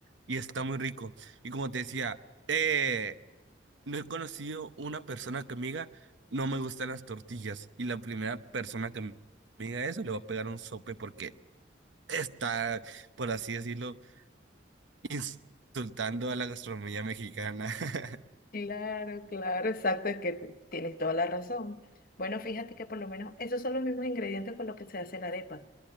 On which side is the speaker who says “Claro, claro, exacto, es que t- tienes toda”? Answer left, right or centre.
Left